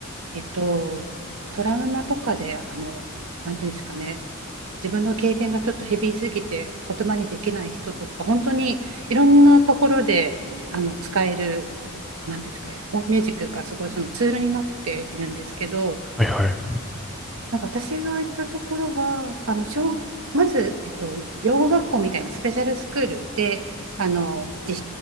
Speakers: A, on the right; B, in the centre.
A: えっと、トラウマとかで、あの、なんていうんですかね、自分の経験がちょっとヘビーすぎて言葉にできない人とか、本当にいろんなところであの使える、なんていうんですかね、おミュージックがすごいそのツールになっているんですけど、
B: はい。はい。
A: なんか私が行ったところは、あの小まず、えっと、養護学校みたいなスペシャルスクールであの実